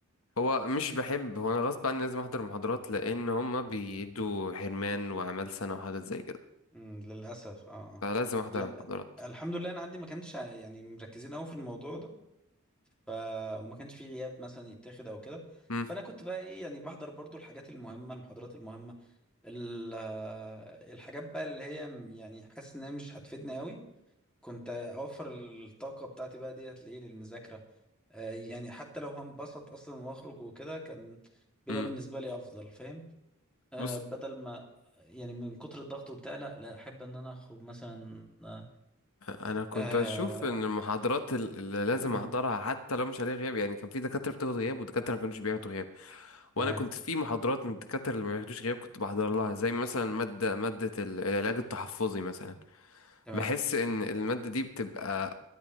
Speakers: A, on the left (about 75°); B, in the centre.
A: هو مش بحب هو أنا غصب عني لازم أحضر محاضرات لأن هما بيدوا حرمان وأعمال سنة وحاجات زي كده
B: مم، للأسف اه آه.
A: فلازم أحضر
B: لا
A: المحاضرات
B: الحمد لله أنا عندي ما كانش يعني مركزين أوي في الموضوع ده ف وما كانش فيه غياب مثلا يتاخد او كده
A: مم،
B: فانا كنت بقى ايه يعني بحضر برضو الحاجات المهمه المحاضرات المهمه ال- آه، الحاجات بقى اللي هي م- يعني حاسس ان هي مش هتفيدني قوي كنت اوفر الطاقه بتاعتي بقى ديت لايه للمذاكره آه، يعني حتى لو هنبسط اصلا واخرج وكده كان بيبقى
A: مم.
B: بالنسبه لي افضل فاهم آه،
A: بص
B: بدل ما يعني من كتر الضغط وبتاع لا لا احب ان انا اخرج مثلا آه،
A: انا كنت
B: آه،
A: اشوف ان المحاضرات ال- اللي لازم
B: <clears throat>
A: احضرها حتى لو مش عليها غياب يعني كان في دكاتره بتاخد غياب ودكاتره ما كانوش بياخدوا غياب
B: تمام
A: وانا كنت في محاضرات من الدكاتره اللي ما بياخدوش غياب كنت بحضر لها زي مثلا ماده ماده ال- العلاج التحفظي مثلا
B: تمام
A: بحس ان الماده دي بتبقى